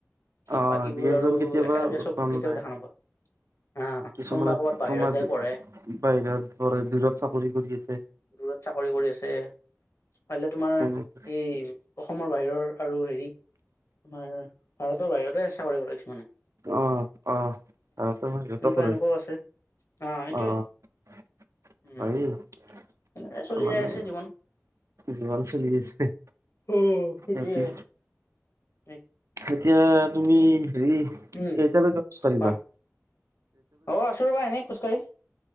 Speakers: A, on the left; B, on the right.
A: আৰু
B: অ
A: বাকীবোৰ
B: দুই একজন
A: আৰু
B: কেতিয়াবা
A: একেলগে
B: লগ
A: চববো
B: পাম
A: কেতিয়াও
B: নাই
A: দেখা নোপোৱা হা
B: কিছুমানে
A: কোনোবা ক'বাত বাহিৰত
B: তোমাৰ
A: যাই পঢ়ে
B: বাহিৰত দূৰত চাকৰি কৰি আছে
A: উ দূৰত চাকৰি কৰি আছে পাৰিলে তোমাৰ
B: তেনেকে
A: এই অসমৰ বাহিৰৰ আৰু হেৰি আ ভাৰতৰ বাহিৰতে চাকৰি কৰিছে মানে
B: অহ অহ সিহতে মানে এনেকোৱা
A: এনেকুৱা
B: কৰে
A: এনেকুৱাও আছে অ সেইটোয়ে
B: আহ
A: উম।
B: এই
A: এনেকে চলি
B: মানে
A: যাই আছে জীৱন
B: জীৱন চলি আছে
A: উম সেটোৱে
B: সেতি
A: সেই
B: এতিয়া তুমি হেৰি কেইটালৈকে
A: উম
B: চাৰি
A: কোৱা
B: বাৰ
A: অ আছো ৰবা এনেই খোজকাঢ়ি